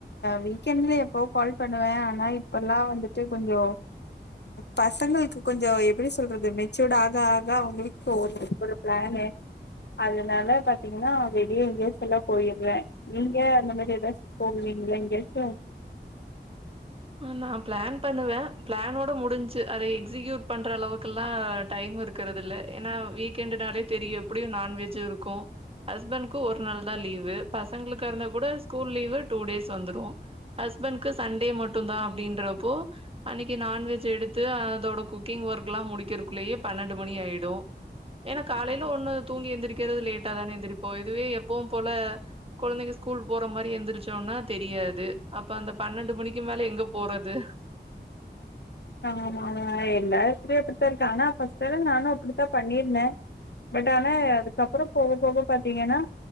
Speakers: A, on the left; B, on the right.
A: வீக்கெண்ட்ல் எப்பவும் கால் பண்ணுவேன் ஆனா இப்பல்லாம் வந்துட்டு கொஞ்சோ பசங்களுக்கு கொஞ்ச எப்டி சொல்றது மெச்சூட் ஆக ஆக அவங்களுக்கு ஒரு ஒரு பிளானு அதனால பாத்தீங்கன்னா வெளியே இங்கிய எல்லாம் போயிடுறே நீங்க அந்த மாரி ஏதாச்சும் போவீங்கள எங்கேயாச்சும்
B: நான் பிளான் பண்ணுவேன் பிளானோட முடிஞ்சு அத எக்ஸிகயூட் பண்ற அளவுக்கெல்லாம் டைம் இரு க்கிறது இல்ல ஏன்னா வீக்கெண்ட் நாலே தெரியும் எப்டியும் நான்வெஜ் இருக்கும் ஹஸ்பண்ட்க் ஒரு நாள் தான் லீவு பசங்களுக்கு இருந்தா கூட ஸ்கூல் லீவு டூ டேஸ் வந்துடும் ஹஸ்பண்ட்கு சண்டே மட்டும் தான் அப்டின்றப்போ அன்னைக்கு நாான்வெஜ் எடுத்து அதோட குக்கிங் ஒர்க் எல்லா முடிக்கிறதுக்குள்ளேயே பன்னெண்டு மணி ஆயிடும் ஏனா காலையில ஒண்ணு தூங்கி எந்திரிக்கிறது லேட்டா தானே எந்திரிப்போ இதுவே எப்பவும் போல கொழந்தைங்க ஸ்கூல் போற மாரி எந்திரச்சோனா தெரியாது அப்ப அந்த பன்னெண்டு மணிக் கி மேல எங்க போறது
A: ஆமா எல்லா இடதுலயு இப்டித்தான் இருக்க ஆனா ஃபஸ்டைம் நானும் அப்டித்தான் பண்ணிருந்தேன் பட் ஆனா அதுக்கப்றம் போக போக பாத்தீங்கன்னா